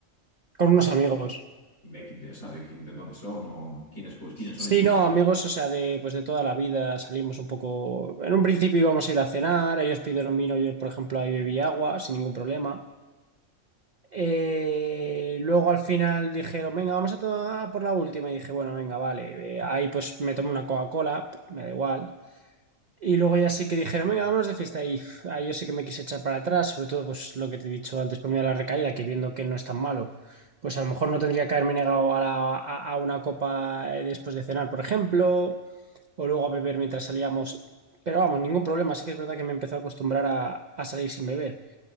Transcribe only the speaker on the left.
De, de, o sea, de, qué- de dónde son o quiénes, pues, quiénes son
en tu...